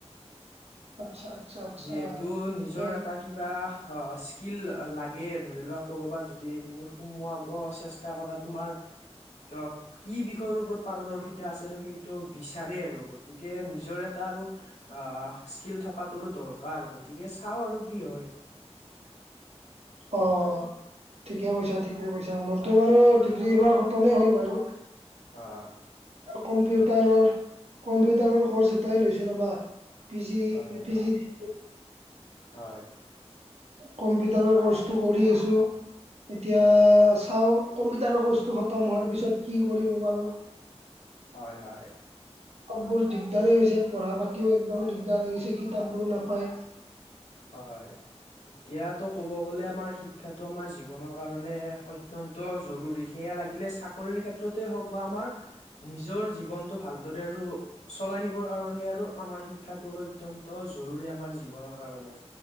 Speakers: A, on the right; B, on the left.
A: আচ্ছা আচ্ছা আচ্ছা
B: যিহেতু নিজৰ
A: ঠিকে আছে।
B: এটা কি ক স্কিল লাগে ধৰি লোৱা ক'বাত যদি তুমি সোমোৱাব চেষ্টা কৰাত। তোমাৰ ক কি বিষয়ৰ ওপৰত পাৰদৰ্শিতা আছে আৰু সেইটো বিচাৰে আৰু গতিকে নিজৰ এটা আৰু অ স্কিল থকাটো ৰো দৰকাৰ গতিকে চাও আৰু কি হয়
A: অ ঠিকে কৈছা ঠিকে কৈছা মোৰতো বাৰু ডিগ্ৰী এইবাৰ খতমেই হ'ল বাৰু
B: অ
A: কম্পিউটাৰৰ কম্পিউটাৰৰ কৰ্চ এটাই লৈছোঁ ৰ'বা। পি জি
B: হয়
A: পি জি দি
B: হয়।
A: কম্পিউটাৰৰ ক'ৰ্চটো কৰি আছোঁ। এতিয়া চাওঁ কম্পিউটাৰৰ ক'ৰ্চটো খতম হোৱাৰ পিছত কি কৰিব পাৰোঁ। <inaudible>
B: হয় হয়।
A: কবোৰ দিগদাৰ হৈছে পঢ়া পাতিও একদম দিগদাৰ হৈ গৈছে কিতাপবোৰো নাপায়।
B: হয়। এতিয়াতো ক'ব গ'লে আমাৰ শিক্ষাটো আমাৰ জীৱনৰ কাৰণে অত্য়ন্ত জৰুৰী সেইয়া লাগিলে চাকৰি ক্ষেত্ৰতে হক বা আমাৰ নিজৰ জীৱন। টো ভালদৰে আৰু চলাই নিবৰ কাৰণে আৰু আমাৰ শিক্ষাটো অত্যন্ত জৰুৰী আমাৰ জীৱনৰ কাৰণে